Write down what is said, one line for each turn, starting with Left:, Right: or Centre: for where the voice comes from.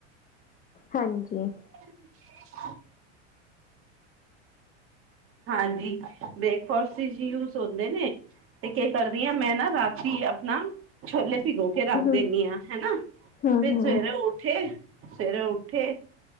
Left: ਹਾਂਜੀ।
Right: <inaudible> ਹਾਂਜੀ ਬ੍ਰੇਕਫਾਸਟ ਵਿੱਚ ਯੂਸ ਹੁੰਦੇ ਨੇ ਤੇ ਕੇ ਕਰਦੀਆਂ ਮੈਂ ਨਾ ਰਾਤੀ ਆਪਣਾ ਛੋਲੇ ਭਿਗੋ ਕੇ ਰੱਖ
Left: ਹਮ
Right: ਦਿੰਦੀ ਆਂ ਹਨਾ
Left: ਹਮ
Right: ਫੇਰ
Left: ਹਮ
Right: ਸਵੇਰੇ ਉੱਠੇ ਸਵੇਰੇ ਉੱਠੇ